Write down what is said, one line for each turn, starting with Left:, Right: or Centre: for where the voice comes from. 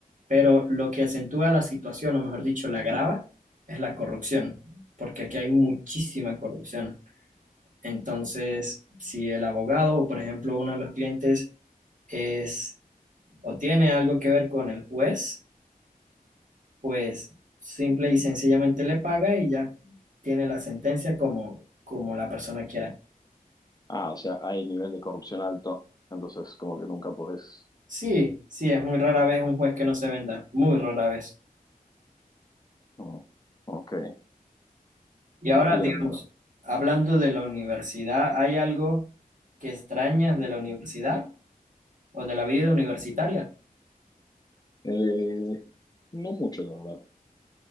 Right: pero lo que acentúa la situación, o mejor dicho, la agrava, es la corrupción, porque aquí hay muchísima corrupción. Entonces, si el abogado, o por ejemplo, uno de los clientes es o tiene algo que ver con el juez, pues simple y sencillamente le paga y ya tiene la sentencia como, como la persona quiera.
Left: Ah, o sea, hay nivel de corrupción alto, entonces como que nunca podés.
Right: Sí, sí, es muy rara vez un juez que no se venda, muy rara vez.
Left: no. ok,
Right: Y
Left: entiendo.
Right: ahora, digamos, hablando de la universidad, ¿hay algo que extrañas de la universidad o de la vida universitaria?
Left: Eh, no mucho, la verdad.